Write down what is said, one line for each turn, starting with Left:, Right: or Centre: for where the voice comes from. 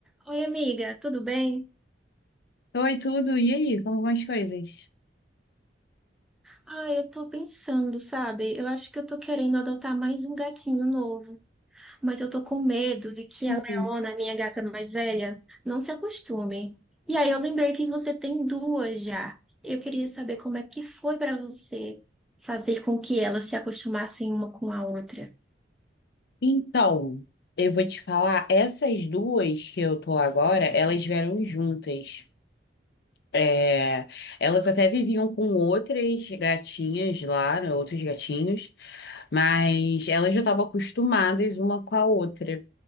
Centre: Oi, amiga, tudo bem?
Left: Oi, tudo. E aí, como vão as coisas?
Centre: Ah, eu tô pensando, sabe? Eu acho que eu tô querendo adotar mais um gatinho novo, mas eu tô com medo de que
Left: Uhum.
Centre: a Leona, minha gata mais velha, não se acostume. E aí eu lembrei que você tem duas já. Eu queria saber como é que foi pra você fazer com que elas se acostumassem uma com a outra.
Left: Então, eu vou te falar, essas duas que eu tô agora, elas vieram juntas. É, elas até viviam com outras gatinhas lá, né, outros gatinhos, mas elas já estavam acostumadas uma com a outra.